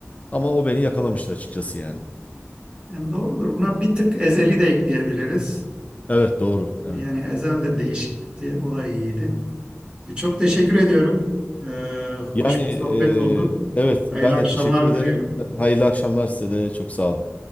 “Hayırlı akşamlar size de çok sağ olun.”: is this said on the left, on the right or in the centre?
Left